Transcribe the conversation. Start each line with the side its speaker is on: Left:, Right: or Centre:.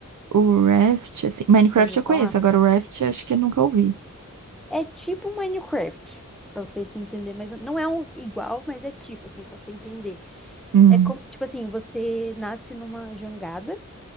Right: O Raft, assim, Minecraft
Centre: Já ouviu
Right: eu
Centre: falar?
Right: conheço, agora o Raft acho que eu nunca ouvi.
Centre: É tipo um Minecraft, pra você entender, mas não é um igual, mas é tipo assim, só pra você entender.
Right: Hum,
Centre: É como, tipo assim, você nasce numa jangada